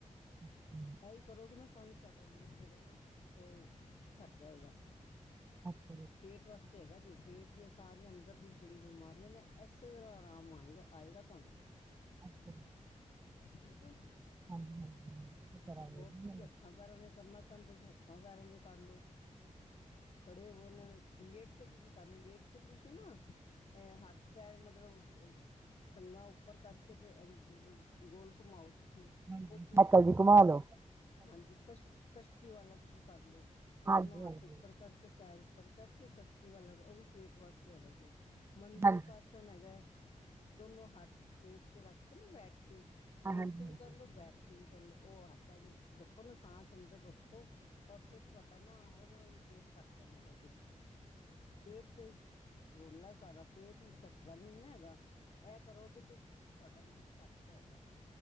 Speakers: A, on the right; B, on the left.
A: ਹਮ
B: ਇਹੀ ਕਰੋਗੇ ਨਾ ਤਾਂ ਵੀ ਤੁਹਾਡਾ ਵੇਟ ਜਿਹੜਾ ਨਾ ਉਹ ਘੱਟ ਜਾਏਗਾ।
A: ਅੱਛਾ ਜੀ
B: ਪੇਟ ਵਾਸਤੇ ਹੈਗਾ ਜੀ, ਪੇਟ ਦੀਆਂ ਸਾਰੀਆਂ ਅੰਦਰ ਦੀ ਜਿਹੜੀ ਬਿਮਾਰੀ ਹੈ ਨਾ, ਇਸੇ ਤਰ੍ਹਾਂ ਆਰਾਮ ਆਇਗਾ। ਆਏਗਾ ਤੁਹਾਨੂੰ।
A: ਅੱਛਾ ਜੀ।
B: ਠੀਕ ਹੈ?
A: ਹਾਂਜੀ -ਹਾਂਜੀ। ਅਸੀਂ ਕਰਾਂਗੇ
B: ਹੋਰ
A: ਜੀ
B: ਤੁਸੀਂ
A: ਹੁਣ।
B: ਹੱਥਾਂ ਪੈਰਾਂ ਦੇ ਕਰਨਾ ਚਾਹੁੰਦੇ ਹੋ, ਤੇ ਹੱਥਾਂ ਪੈਰਾਂ ਦੇ ਕਰਲੋ। ਖੜੇ ਹੋ ਲੇਟ ਕੇ ਤੁਸੀਂ ਕਰ ਲੋ, ਲੇਟ ਕੇ ਤੁਸੀਂ ਨਾ ਇਹ ਹੱਥ ਪੈਰ ਮਤਲਬ ਟੰਗਾਂ ਉੱਪਰ ਕਰਕੇ ਜੇ ਮਤਲਬ ਗੋਲ ਘੁਮਾਓ ਤੁਸੀਂ।
A: ਹਾਂਜੀ
B: ਉਹ ਪੇਟ
A: ਸਾਈਕਲ
B: ਵਾਸਤੇ
A: ਜੀ ਘੁਮਾ
B: ਹੈਗਾ
A: ਲੋ
B: ਜੇ। ਹਾਂਜੀ, ਕਸ਼ ਕੱਸ਼ਤੀ ਵਾਲਾ ਤੁਸੀਂ ਕਰ ਲਓ
A: ਹਾਂਜੀ
B: ਦੋਨੋ
A: ਹਾਂਜੀ ਹਾਂਜੀ
B: ਹੱਥ ਉੱਪਰ ਕਰਕੇ, ਪੈਰ ਉੱਪਰ ਕਰਕੇ, ਕਸ਼ਤੀ ਵਾਲਾ ਉਹ ਵੀ ਪੇਟ ਵਾਸਤੇ ਹੈਗਾ ਜੇ ਮੰਡੋ
A: ਹਾਂ,
B: ਕ ਹੈਗਾ, ਦੋਨੋ ਹੱਥ ਪੇਟ ਤੇ ਰੱਖ ਕੇ ਨਾ ਬੈਠ ਕੇ ਲੇਟ
A: ਹਾਂਜੀ
B: ਕੇ ਵੀ
A: ਹਾਂਜੀ
B: ਕਰਲੋ, ਬੈਠ ਕੇ ਵੀ ਕਰਲੋ, ਉਹ ਹੱਥ ਰੱਖੋ ਨਾ ਸਾਸ ਅੰਦਰ ਰੱਖੋ ਔਰ ਫਿਰ, ਤੁਹਾਡਾ ਨਾ ਉਹਦੇ ਨਾਲ ਹੀ ਪੇਟ ਘੱਟ ਜਾਣਾ ਜੇ ਪੇਟ ਤੇ ਰੌਲਾ ਸਾਰਾ ਪੇਟ ਹੀ ਘੱਟਦਾ ਨੀ ਨਾ ਹੈਗਾ, ਇਹ ਕਰੋਗੇ ਤੇ ਤੁਸੀਂ ਤੁਹਾਡਾ ਵੇਟ ਘੱਟ ਜਾਏਗਾ।